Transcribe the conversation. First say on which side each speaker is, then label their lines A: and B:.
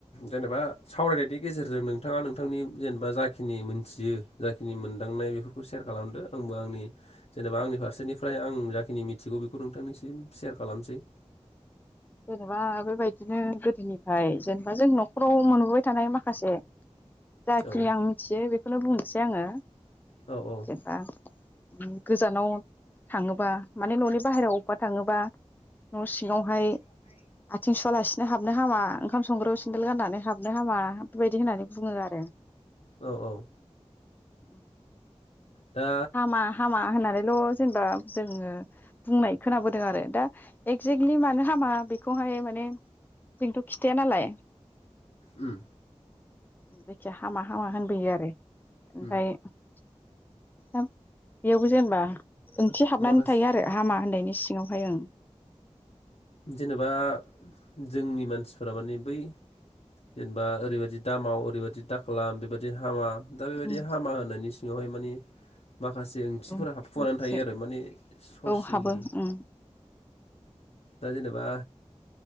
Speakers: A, on the left (about 70°); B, on the left (about 15°).
A: जेनेबा सावरायनायनि गेजेरजों नोंथाङा नोंथांनि जेनेबा जाखिनि मोनथियो जाखिनि मोनदांनाय बेफोरखौ सेयार खालामदो आंबो आंनि जेनेबा आंनि फारसेनिफ्राय आं जाखिनि मिथिगौ बेखौ नोंथांनिसिम सेयार खालामसै
B: जेनेबा बेबायदिनो गोदोनिफ्राय जेनेबा जों न'खराव मोनबोबाय थानाय माखासे जाखिनि
A: औ
B: आं मिथियो बेखौनो बुंनोसै आङो
A: औ औ
B: जेनबा उ गोजानाव थाङोबा माने न'नि बाहेरायाव बबेबा थाङोबा न' सिङावहाय
A: फ्राय
B: आथिं सुवालासिनो हाबनो हामा ओंखाम संग्रायाव सिन्देल गाननानै हाबनो हामा बेबायदि होननानै बुङो आरो
A: औ औ
B: औ
A: दा
B: हामा हा मा होननानैल' जेनेबा जोङो बुंनाय खोनोदों आरो दा एक्जेकलि मानो हामा बेखौहाय माने जोंनोथ' खिथाया नालाय
A: ओम
B: जायखिया हामा हामा होनबोयो आरो ओमफाय
A: उम
B: दा बेयावबो जेनेबा ओंथि हाबनानै
A: माखासे
B: थायो आरो हामा होननायनि सिङावहाय ओं
A: जेनेबा जोंनि मानसिफोरा माने बै जेनेबा ओरैबादि दामाव ओरैबादि दाखालाम बेबादि हामा दा बेबायदि
B: ओं
A: हामा होनायनि सिङावहाय मानि माखासे ओंथिफोरा
B: औ
A: हाबखुमानानै
B: माखासे
A: थायो आरो माने ससियेलि
B: औ हाबो उम
A: दा जेनेबा